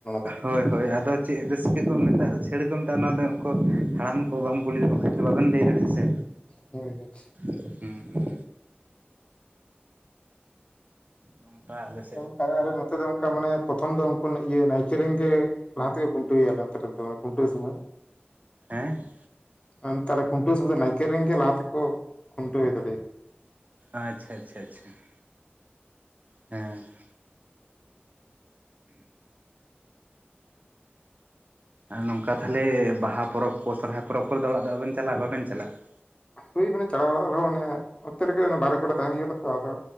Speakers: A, on the left (about 30°); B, on the right (about 40°).
A: ᱫᱚ
B: ᱦᱳᱭ ᱦᱳᱭ, ᱟᱫᱚ ᱪᱮᱜ ᱨᱟᱹᱥᱠᱟᱹ ᱠᱚ ᱢᱮᱛᱟᱜᱼᱟ ᱪᱟᱹᱲ ᱠᱚ ᱢᱮᱛᱟᱜᱼᱟ ᱚᱱᱟ ᱫᱚ ᱩᱱᱠᱩ ᱦᱟᱲᱟᱢ ᱠᱚ ᱵᱟᱢ ᱠᱩᱞᱤ ᱞᱮᱠᱚ ᱠᱷᱟᱭ ᱫᱚ ᱵᱟᱵᱮᱱ ᱞᱟᱹᱭ ᱫᱟᱲᱮᱭᱟᱜᱼᱟ ᱥᱮ?
A: ᱦᱳᱭ ᱦᱳᱭ᱾
B: ᱦᱩᱸ ᱦᱩᱸ, ᱱᱚᱝᱠᱟ ᱟᱞᱮ ᱥᱮ
A: ᱚᱝᱠᱟ ᱟᱞᱮ ᱱᱚᱛᱮ ᱫᱚ ᱚᱝᱠᱟ ᱢᱟᱱᱮ ᱯᱨᱚᱛᱷᱚᱢ ᱫᱚᱢ ᱠᱚ ᱤᱭᱟᱹ ᱱᱟᱭᱠᱮ ᱨᱮᱱ ᱜᱮ ᱞᱟᱦᱟᱛᱮ ᱠᱷᱩᱱᱴᱟᱣ ᱮᱭᱟ <unintelligible> ᱫᱚ ᱠᱷᱩᱱᱴᱟᱣ ᱥᱚᱢᱚᱭ᱾
B: ᱦᱮᱸ ᱾
A: ᱟᱨ ᱛᱟᱦᱚᱞᱮ ᱠᱷᱩᱱᱴᱟᱹᱣ <inaudible> ᱱᱟᱭᱠᱮ ᱨᱮᱱ ᱜᱮ ᱞᱟᱦᱟᱛᱮ ᱠᱚ ᱠᱷᱩᱱᱴᱟᱹᱣ ᱮᱛᱟᱞᱮᱭᱟ ᱾
B: ᱟᱪᱪᱷᱟ ᱟᱪᱪᱷᱟ ᱟᱪᱪᱷᱟ ᱾ ᱦᱮᱸ ᱾ ᱟᱨ ᱱᱚᱝᱠᱟ ᱛᱟᱦᱚᱞᱮ ᱵᱟᱦᱟ ᱯᱚᱨᱚᱵ ᱠᱚ ᱥᱚᱨᱦᱟᱭ ᱯᱚᱨᱚᱵ ᱠᱚᱨᱮ ᱫᱚ ᱟᱫᱚ ᱵᱟᱵᱮᱱ ᱪᱟᱞᱟᱜ ᱵᱟᱵᱮᱱ ᱪᱟᱞᱟᱜᱼᱟ ᱾
A: ᱦᱩᱭ ᱢᱟᱱᱮ ᱪᱟᱞᱟᱣ ᱵᱟᱲᱟᱜ ᱨᱮᱦᱚᱸ ᱢᱟᱱᱮ ᱚᱱᱛᱮ ᱨᱮᱜᱮ ᱵᱟᱨᱦᱮ ᱠᱚᱨᱮ ᱛᱟᱦᱮᱱ ᱜᱮᱭᱟ ᱞᱮ ᱛᱚ, ᱟᱫᱚ